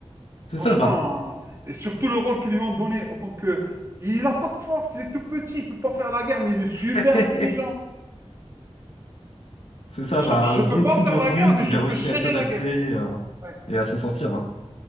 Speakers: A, on the left (about 65°); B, on the right (about 25°).
A: C'est
B: Franchement,
A: ça, bah.
B: hein. et surtout le rôle qu'ils lui ont donné en tant que... Il n'a pas de force, il est tout petit, il peut pas faire la guerre, mais il est super
A: <laughs>
B: intelligent.
A: C'est ça,
B: Genre,
A: bah,
B: je
A: un grand
B: peux pas
A: coup
B: faire
A: de ruse,
B: la guerre, mais
A: il
B: je
A: a
B: peux
A: réussi
B: gérer
A: à s'adapter
B: la guerre.
A: euh,
B: Ouais.
A: et à s'en sortir. hein.